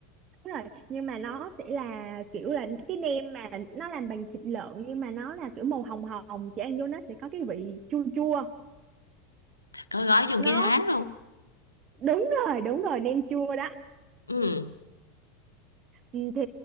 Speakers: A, on the right (about 35°); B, on the left (about 90°).
A: đúng rồi nhưng mà nó sẽ là kiểu là cái nem mà nó làm bằng thịt lợn nhưng mà nó là kiểu màu hồng hồng chị ăn vô nó sẽ có cái vị chua chua
B: có gói trong
A: nó
B: cái lá luôn
A: đúng rồi đúng rồi nem chua đó
B: ừ
A: Ừ, thì